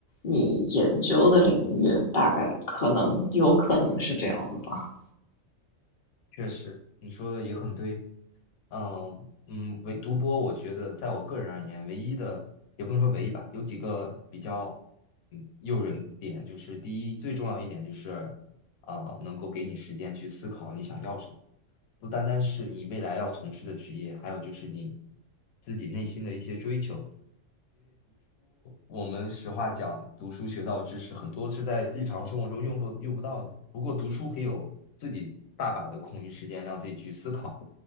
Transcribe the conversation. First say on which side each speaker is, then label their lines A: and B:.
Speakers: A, on the left; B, on the left.
A: 你研究的领域，大概可能有可能是这样的吧。
B: 确实，你说的也很对。嗯嗯，唯独播，我觉得在我个人而言，唯一的也不能说唯一吧，有几个比较嗯诱人的点，就是第一，最重要一点就是，啊、能够给你时间去思考你想要什么，不单单是你未来要从事的职业，还有就是你自己内心的一些追求。我们实话讲，读书学到的知识很多是在日常生活中用不用不到的。不过读书可以有自己大把的空余时间，让自己去思考，